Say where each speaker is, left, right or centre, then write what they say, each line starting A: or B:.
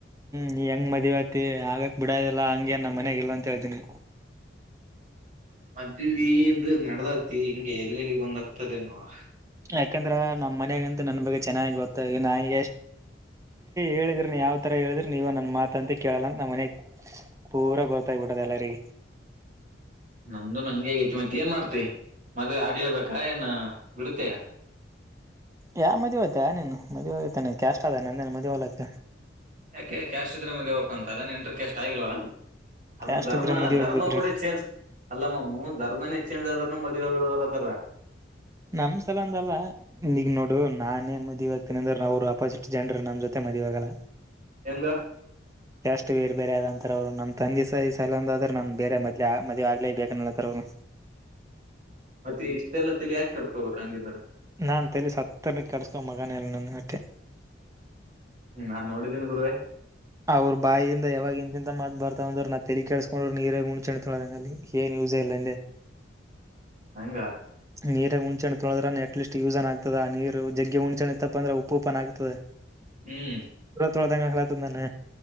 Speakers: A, on the right; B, on the right.
A: ನೀ ಹೆಂಗ್ ಮದ್ವತಿ ಆಗಕ್ ಬಿಡದಲ್ಲಾ ಹಂಗಗೆ ನ ಮಯಾಗ ಇಲ್ಲಾ ಅಂತ ಹತೀನಿ
B: ಮದದದು ನಡದಾಗ್ತಿ ಹಿಂಗೆ ಎಲ್ಲೆಲ್ಲಿ ಬಂದ್ ಆಗ್ತದೆ ನೋಡ
A: ಯಾಕಂದ್ರ ನಮ್ಮ್ ಮನೆಗಂತೂ ನನ್ ಬಗ್ಗೆ ಚೆನ್ನಾಗಿ ಗೊತ್ತ ಈ ನಾ ಎಷ್ಟ್
B: <unintelligible>
A: ಹೇಳಿದ್ರ ಯಾವ್ ತರ ಹೇಳಿದ್ರಿ ನೀವ ನನ್ ಮಾತ ಅಂತ ಕೇಳಲ್ಲ ನಮ್ಮ ಮನೆ ಪೂರ ಗೊತ್ತಾಗ್ಬಿಟ್ಟದಲ್ಲ ಸರಿ
B: <unintelligible> ನಂದು ಹಂಗೆಗತಿ ಮತ್ತ ಏನ್ ಮಾಡ್ತಿ ಮದ್ೆ ಆಗ್ಲೇಬೇಕಾ ಏನ ಬಿಡತ <unintelligible>
A: ಯಾ ಮದ್ ಹಯತ ನೀನ್ ಮದುವೆ ಆೋಗತ ಕಷ್ಟ ಅದ ನಂದೇ ಮದುವೆ ಹೋಗಲತ್ತ
B: ಯಾಕೆ ಕ್ಯಾಶ್ ಇದ್ರೆ ಮವಕ ಅಂತ ಅದೇ ಎಂಟ್ರಿ ಎಷ್ಟ ಆಗಿಲ್ವಾ ಅದು
A: ಕ್ಯಾಸ್ಟ್
B: ಧರ್ಮ
A: ಇದ್ರೆ ಮದುವೆ
B: ಧರ್ಮ
A: ಆಗ್ಬೇಕ್ರಿ
B: ಕೂಡ ಚೇಂಜ್ ಅಲ್ಲ ಮಾಮು ಧರ್ಮನೇ ಜ್ ಆದ್ರರು ಮುವ ಆಗದ್ರುದಲ್ಲ
A: ನಮ್ ಸಲ ಅಂದಲ್ಲ ನಿಗ್ ನೋಡು ನಾನೇ ಮದುವ ಆಗ್ತೇನಿ ಅಂದ್ರ ಅವರು ಅಪಾಸಿಟ್ ಜನರು ನಮ್ ಜೊತೆ ಮದುವಾಗಲ್ಲ
B: ಹೆಂಗ
A: ಎಷ್ಟು ಬೇರೆ ಬೇರೆ ಅದಂತಾರ ಅವ್ರು ನಮ್ಮ ತಂದಿ ಸಹ ಸಲಂದ ಆದ್ರೆ ನಾನ ಬೇರೆ ಮದ್ ಮದ್ೆ ಆಗ್ಲೇ ಬೇಕನ್ಲತ್ತಾರ ಅವ್ರು
B: ಮತ್ತೆ ಇಷ್ಟೆಲ್ಲ ತಿಲಿ ಯಾಕೆ ಕಡ್ಕೊಬೇಕ ಹಂಗಿದ್ರ
A: ನಾನ್ ತಲ್ ಹತ್ತನ ಕಡಸ್ಕೊ ಮಗನ ಎಲ್ಲ ನನ್ನ ಹಟ್ಟೆ
B: ಹ್ಮ್ ನಾನ್ ನೋಡಿದ್ದೀನಿ ಗುರುವೇ
A: ಅವ್ರ ಬಾಯಿಯಿಂದ ಯಾವಾಗ ಇಂತಿಂತ ಮಾಡ್ ಬರ್ತಾವ ಅಂದ್ರ ನಾ ತಲಿ ಕೇಳಿಸಸ್ಕೊಂಡ್ರು ನೀರೇ ಹುಣ್ಚ್ೆಣ್ತಳದಂಗ ಅಲ್ಲಿ ಏ ಮೂಲದ್ದೆಂದು ಈ ಬಾರಿ
B: ಹಂಗ
A: ನೀರ ಹುಣಚೆ ತೊಳದ್ರೆ ಅಟ್ ಲೀಸ್ಟ್ ಯೂಸ್ನ್ ಆಗ್ತದೆ ಆ ನೀರು ಜಗ್ಗೆ ಹುಣಚೆಪ್ಪ ಅಂದ್ರೆ ಉಪ್ಪು ಉಪನ್ ಆಗ್ತದೆ
B: ಹ್ಮ್
A: ತೊಳದಂಗ ಕಲಾತಂದಾನೆ